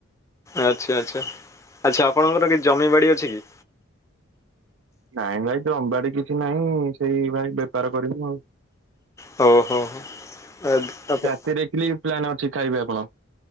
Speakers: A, on the left; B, on the right.
A: ଆଚ୍ଛା, ଆଚ୍ଛା, ଆଚ୍ଛା ଆପଣଙ୍କର କି ଜମି ବାଡ଼ି ଅଛି କି?
B: ନାଇଁ ଭାଇ ଜମିବାଡି କିଛି ନାହିଁ। ସେଇ ଭାଇ ବେପାର କରିବୁ ଆଉ
A: ହଉ ହଉ ଆ ତାପ
B: ସେ ଦେଖିଲି ପ୍ଲାନ୍ ଅଛି ଖାଇବେ ଆପଣ।